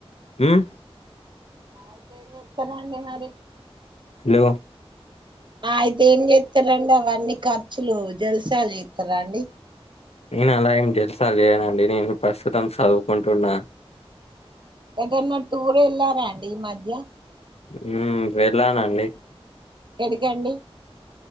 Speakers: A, on the left; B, on the right.
A: ఉమ్.
B: అవేం చేస్తారు అండి మరి.
A: హలో.
B: ఆహ్ అయితే ఏం చేస్తారండి అవన్నీ ఖర్చులు జల్సాలు చేస్తారాండి.
A: నేను అలా ఏం జల్సాలు చేయనండి నేను ప్రస్తుతం చదువుకుంటున్నా.
B: ఏంటన్నా టూర్ వెళ్ళారాండి ఈ మధ్య.
A: ఉమ్ వెళ్ళానండి.
B: ఎడికండి.